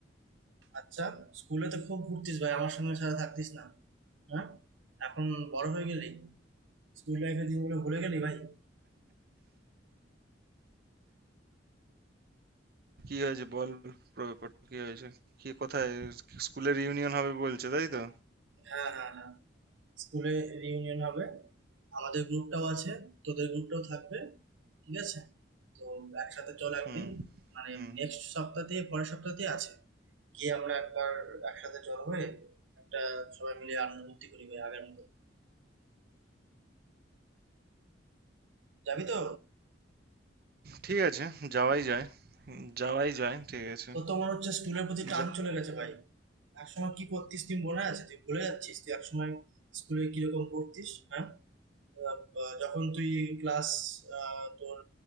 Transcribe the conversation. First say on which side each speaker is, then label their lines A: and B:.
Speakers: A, on the right; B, on the right.
A: আচ্ছা স্কুলে তো খুব ঘুরতিস ভাই আমার সঙ্গে সারা থাকতিস না হ্যাঁ এখন বড় হয়ে গেলি স্কুল লাইফের দিনগুলো ভুলে গেলি ভাই
B: কি হয়েছে বল বল, পুরো ব্যাপারটা কি হয়েছে কি কোথায় স্কুলের ইউনিয়ন হবে বলছে তাই তো
A: হ্যাঁ হ্যাঁ হ্যাঁ স্কুলে রিউনিয়ন হবে আমাদের গ্রুপটাও আছে তোদের গ্রুপটাও থাকবে ঠিক আছে তো একসাথে চল একদিন
B: হুম
A: মানে
B: হুম
A: নেক্সট সপ্তাহ থেকে পরের সপ্তাহ থেকে আছে গিয়ে আমরা একবার একসাথে চল হয়ে একটা সবাই মিলে আনন্দ ফুর্তি করি ভাই আগের মতন যাবি তো
B: ঠিক আছে যাওয়াই যায় হুম, যাওয়াই যায় ঠিক আছে
A: তোর তো মনে হচ্ছে স্কুলের প্রতি টান
B: যা
A: চলে গেছে ভাই একসময় কি করতিস তুই মনে আছে তুই ভুলে যাচ্ছিস তুই একসময় স্কুলে কিরকম পড়তিস হ্যাঁ আহ, বা- যখন তুই ক্লাস তোর